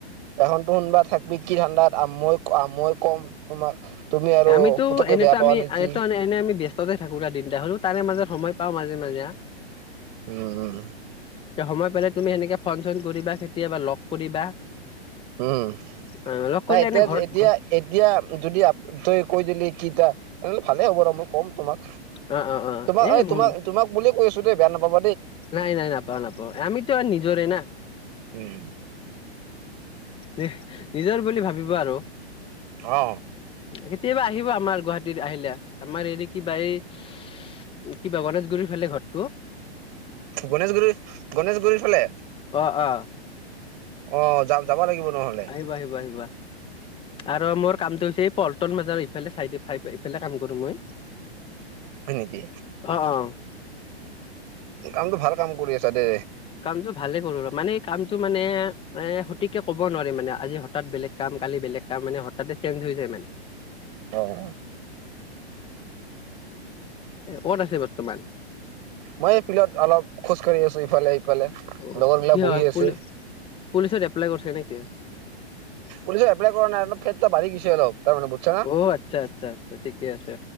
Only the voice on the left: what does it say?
আমিতো
এনেতো
আমি
এনে আমি ব্যস্ত ততে থাকো দিনটা হ'লও তাৰে মাজে সময় পাওঁ মাজে মাজে
তে সময় পালে তুমি সেনেকে ফন চন কৰিবা কেতিয়াবা লগ কৰিবা
অ লগ
কৰিলে
এনে ঘৰত
ঘৰ
অ অ অ
মোৰ
নাই নাই নাপাও নাপাওঁ আমিতো আৰু নিজৰে ন
নি নিজৰ বুলি ভাবিবা আৰু
কেতিয়াবা আ আহিবা আমাৰ গুৱাহাটীত আহিলে আমাৰ হেৰি কিবা এই কিবা গণেশগুৰিৰ ফালে ঘৰটো
অ অ
আহিব আহিব আহিবা আৰু মোৰ কামটো হৈছে এই পলটন বাজাৰ সিফালে চাই দি ফাই এইফালে কাম কৰো মই
অ', অ'।
কামটো ভালে কৰোঁ ৰ মানে কামটো মানে এ সঠিককে ক'ব নোৱাৰি মানে আজি হঠাৎ বেলেগ কাম কালি বেলেগ কাম মানে হঠাতে চেঞ্জ হৈ যায় মানে
ক'ত আছে বৰ্তমান?
অ'
কি হয়
পুলি
পুলিচত এপ্লাই কৰিছ নেকি?
অ' আচ্ছা আচ্ছা আচ্ছা ঠিকে আছে।